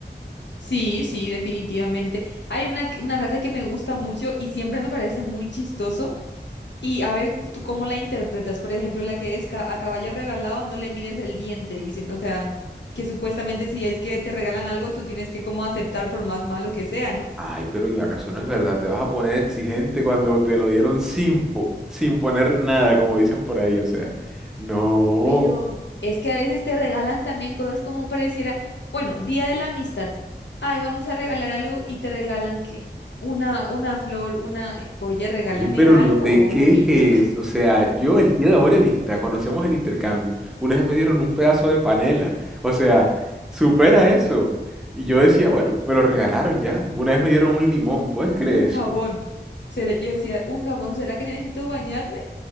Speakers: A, on the left (about 75°); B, in the centre.
A: Sí, sí, definitivamente. Hay una, una frase que me gusta mucho y siempre me parece muy chistoso. Y a ver, cu- ¿tú cómo la interpretas? Por ejemplo, la que es ca- a caballo regalado, no le mires el diente, dicen. O sea, que supuestamente si es que te regalan algo, tú tienes que como aceptar por más malo que sea, ¿no?
B: Ay, pero ¿y acaso no es verdad? Te vas a poner exigente cuando te lo dieron sin, po- sin poner nada, como dicen por ahí, o sea. No.
A: Pero No. es que a veces te regalan también cosas como pareciera, bueno, Día de la Amistad. Ay, vamos a regalar algo y te regalan ¿qué? Una, una flor, una, eh, oye, regálame
B: Oye, pero
A: algo
B: no te quejes.
A: bonito, <laughs>
B: O sea, yo el día de amor y amistad, cuando hacíamos el intercambio, una vez me dieron un pedazo de panela. O sea, supera eso. Y yo decía, bueno, me lo regalaron ya. Una vez me dieron un limón, ¿puedes creer
A: un
B: eso?
A: jabón.
B: <laughs>
A: Será- Yo decía, ¿un jabón? ¿Será que necesito bañarme?